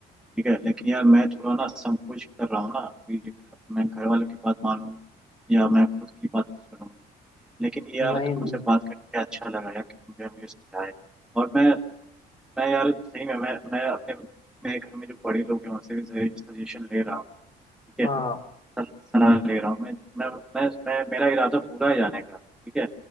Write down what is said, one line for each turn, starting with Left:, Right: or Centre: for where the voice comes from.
Centre: ठीक है लेकिन यार मैं थोड़ा ना संकोच कर रहा हूँ ना कि मैं घर वालों की बात मानूं या मैं खुद की बात सुनूं लेकिन ये यार
Left: नहीं
Centre: तुमसे
Left: नहीं
Centre: बात करके अच्छा लगा यार कि तुमने मुझे समझाया और मैं मैं यार सही में मैं मैं अपने मेरे घर में जो बड़े लोग हैं उनसे भी सजेशन ले रहा हूँ ठीक है
Left: हाँ
Centre: सल- सलाह ले रहा हूँ मैं मैं मैं मैं मेरा इरादा पूरा है जाने का ठीक है